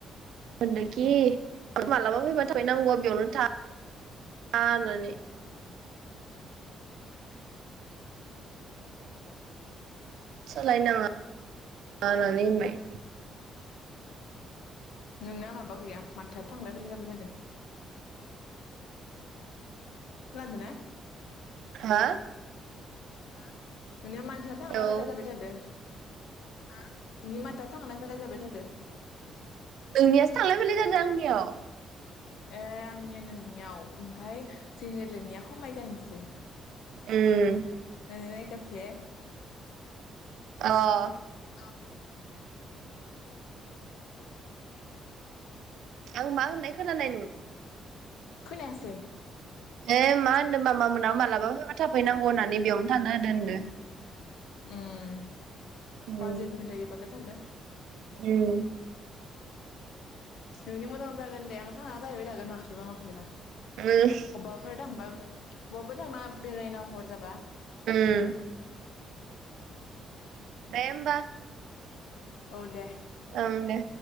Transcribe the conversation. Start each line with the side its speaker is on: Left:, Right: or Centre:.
Right: होनदोखि मालाबा फैबा थाफैनांगौ आं होनना बेयावनो था होननानै सोलाय नाङा <unintelligible>
Left: नोंना माबा गैया माथोआ थांलाय फैलाय जाबाय थादो खोनादोना?
Right: हा
Left: हा नोंनिया माथोआ थांलाय
Right: औ
Left: फैलाय जाबाय थादो। नोंनि माथोआ थांलाय फायलाय जाबाय थादो
Right: नोंनियासो थांलाय फैलाय जादो आंनियाव
Left: ए आंनिया नोंनियाव ओमफाय जोंनि रायलायनाया खमाय जानोसै
Right: उम
Left: <unintelligible>
Right: अह
Left: <unintelligible>
Right: आं मा होननाय खोनानाय नों?
Left: खोनायासै
Right: ए मा होनदों मामा मोनाबो मालाबा फैबा थाफैनांगौ होननानै बेयावनो थानो होदो होनदो
Left: उम
Right: उम
Left: बाजेथ मिलायोबालाय सान्दों
Right: उम
Left: नोंनि मोजां जागोन दे आं थांना जाहैबाय थागोन माख्लैबा माख्लैबा
Right: दे
Left: अबाफोर थांबा बबाफोर थांना बेरायना हर जाबा
Right: उम दे होमबा
Left: औ दे
Right: ओं दे